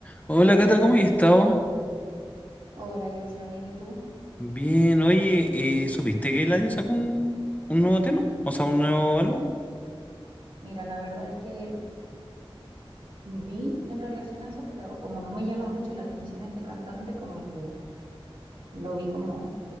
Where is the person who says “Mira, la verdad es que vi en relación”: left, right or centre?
Right